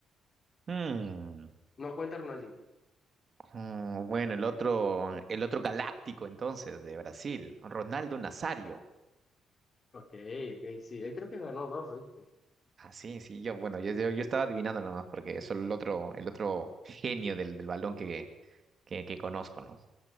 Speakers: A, on the right; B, on the left.
A: dale.
B: No cuenta Ronaldinho.
A: Mm, bueno, el otro, el otro galáctico entonces de Brasil, Ronaldo Nazario.
B: Ok, ok, sí. Él creo que ganó dos, ¿viste?
A: Ah, sí, sí, yo, bueno, yo, yo, yo estaba adivinando nomás porque es el otro, el otro genio del, del balón que, que, que conozco, ¿no?